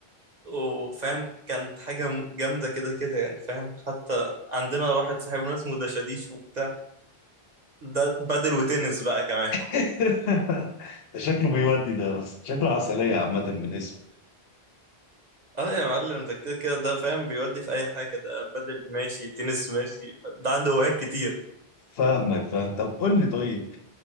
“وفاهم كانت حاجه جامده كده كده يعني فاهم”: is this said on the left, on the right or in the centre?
Right